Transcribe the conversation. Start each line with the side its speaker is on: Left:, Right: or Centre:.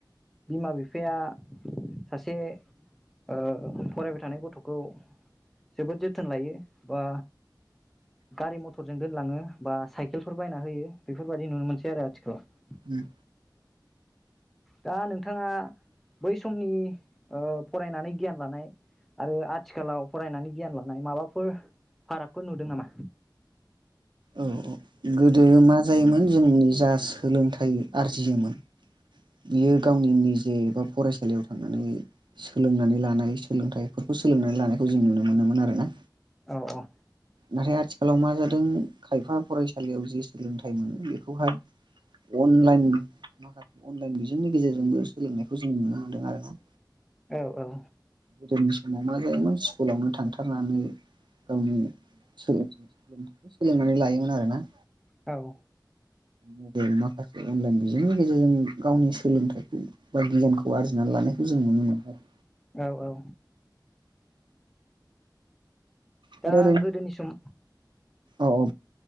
Centre: बिमा बिफाया सासे ओ फरायबाय थानाय गथ'खौ खौ जोबोद जोथोन लायो बा गारि मथरजों दोनलाङो बा साइकेलफोर बायना होयो बेफोरबायदि नुनो मोनसै आरो आथिखालाव
Right: उम
Centre: दा नोंथाङा बै समनि ओ फरायनानै गियान लानाय आरो आ आथिखालाव फरायनानै गियान लानाय माबाफोर फारागफोर नुदों नामा?
Right: औ गोदो मा जायोमोन जोंनि जा सोलोंथाइ आरजियोमोन बियो गावनि निजे एबा फरायसालियाव थांनानै सोलोंनानै लानाय सोलोंथाइफोरखौ सोलोंनानै लानायखौ जों नुनो मोनोमोन आरो ना
Centre: औ औ
Right: नाथाय आथिखालाव मा जादों खायफा फरायसालियाव जे सोलोंथाइ मोनो बेखौहाय अनलाइन माखासे अनलाइन बिजोंनि गेजेरजोंबो सोलोंनायखौ जों नुनो हादों आरोना
Centre: औ औ
Right: गोदोनि समाव मा जायोमोन स्कुलावनो थांथारनानै गावनि सोलोंथाइ सोलोंनानै लायोमोन आरोना
Centre: औ
Right: मबेल माखासे अनलाइन बिजोंनि गेजेरजों गावनि सोलोंथाइखौ बा गियानखौ आरजिनानै लानाय खौ जों मोनो मोबाय
Centre: औ औ
Right: आरो
Centre: दा
Right: ओरैनो
Centre: गोदोनि सम
Right: औ औ